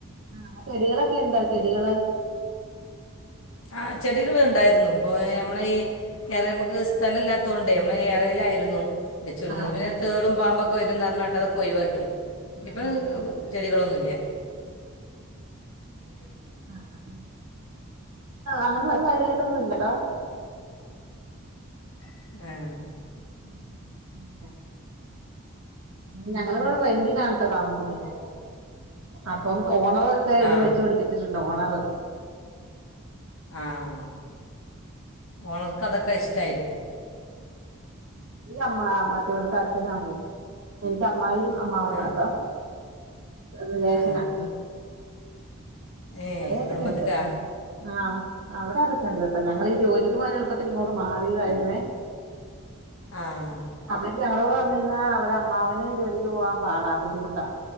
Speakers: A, on the right; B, on the left.
A: ആഹ് ചെടികളൊക്കെ ഇണ്ടോ ചെടികള്
B: ആഹ് ചെടികൾ ഉണ്ടായിരുന്നു ഇപ്പോൾ നമ്മള ഈ വറെ നമുക്ക് സ്ഥലം ഇല്ലാത്തോണ്ടാ നമ്മളെ ഏറെയിലായിരുന്നു വെച്ചിരുന്നത്
A: ആഹ് ഉവ്വ
B: പിന്നെ തേളും പാമ്പൊക്കെ വരുംഞ്ഞാട്ട്
A: അതെ
B: അതൊക്കെ
A: അതെ
B: ഒഴിവാക്കി ഇപ്പൊ
A: അതെ അതെ അതെ
B: ചെടികളൊന്നുല്ല
A: ആക്ക് അങ്ങനെ കാര്യമായിട്ടൊന്നുംല്ലോ
B: <unintelligible>
A: <unintelligible> ഞങ്ങളിവിടെ റെന്തിനാണ്ട്ടോ താമസിക്കുന്നെ അപ്പം ഓണർ ഒക്കെ ഇത്
B: ആ
A: വെച്ച് പിടിപ്പിച്ചിട്ടുണ്ട് ഓണർ
B: ആഹ് ഓണർക് അതൊക്കെ ഇഷ്ടമായിരിക്കും
A: അമ്മ മറ്റേവിടുത്തെ അച്ഛനും അമ്മയും എനിക്ക് അമ്മായിയും അമ്മാവള്ളാട്ടോ
B: ആ
A: റിലേഷനാ
B: ആ ഏ
A: അവിടെ അതൊക്കെ
B: കുടുംബത്തിലേക്കാ
A: ഉണ്ട് ആ അവിടെ അതൊക്കെ ഉണ്ട് ഞങ്ങൾ ഇ ജോലിക്ക് പോവാ എളുപ്പത്തിൽ... ഇങ്ങോട്ട് മാറിയതായിരുന്നേ
B: ആഹ്
A: അവര് ഞങ്ങളുടെ കൂടെ വന്ന് നിന്നാൽ അവിടെ അമ്മാവന് ജോലിക്ക് പോകാൻ പാടാ ബുദ്ധിമുട്ടാ